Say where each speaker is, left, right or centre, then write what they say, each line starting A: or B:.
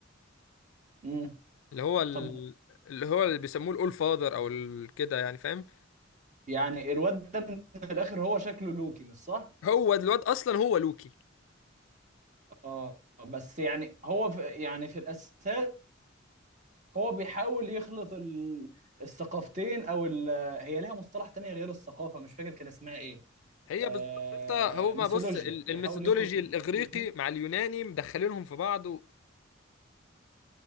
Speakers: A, on the right (about 40°); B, on the left (about 70°).
A: مم.
B: اللي هو ال...
A: طب
B: اللي هو اللي بيسموه الاول فاذر او ال... كده يعني فاهم
A: يعني الواد ده من الاخر هو شكله لوكي مش صح
B: هو الواد اصلا هو لوكي
A: اه بس يعني هو في يعني في الاساس هو بيحاول يخلط ال... الثقافتين او ال... هي ليها مصطلح تاني غير الثقافه مش فاكر كان اسمها ايه
B: هي
A: آه
B: بالظبط قصة- هو ما
A: ميثولوجيا
B: بص ال-
A: بيحاول
B: الميثودولوجي
A: يخلط
B: الاغريقي
A: الاثنين
B: مع اليوناني مدخلينهم في بعض و-